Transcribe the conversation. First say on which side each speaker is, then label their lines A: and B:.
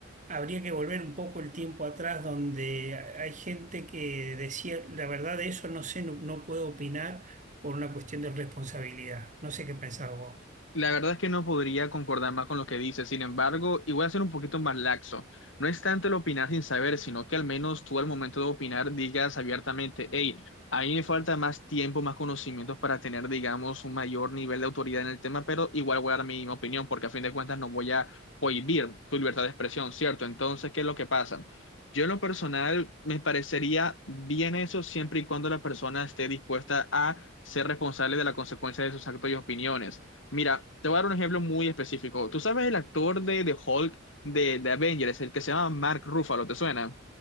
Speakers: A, on the right; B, on the left.
A: habría que volver un poco el tiempo atrás donde ha- hay gente que decía, la verdad de eso no sé, no, no puedo opinar por una cuestión de responsabilidad. No sé qué pensás vos.
B: La verdad es que no podría concordar más con lo que dices. sin embargo, y voy a ser un poquito más laxo. No es tanto el opinar sin saber, sino que al menos tú al momento de opinar digas abiertamente, hey, a mí me falta más tiempo, más conocimientos para tener, digamos, un mayor nivel de autoridad en el tema, pero igual voy a dar mi opinión, porque a fin de cuentas no voy a prohibir tu libertad de expresión, ¿cierto? Entonces, ¿qué es lo que pasa? Yo en lo personal me parecería bien eso siempre y cuando la persona esté dispuesta a ser responsable de la consecuencia de sus actos y opiniones. Mira, te voy a dar un ejemplo muy específico. ¿Tú sabes el actor de, de Hulk de, de Avengers, el que se llama Mark Ruffalo, ¿te suena?